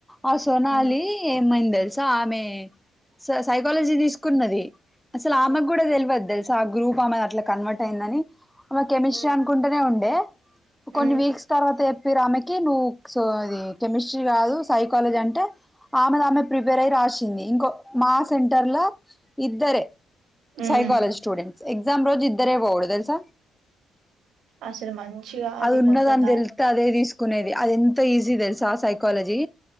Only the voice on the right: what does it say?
ఉమ్
ఉమ్
ఉమ్
ఉమ్
ఉమ్
అసలు మంచిగా
మొత్తం దా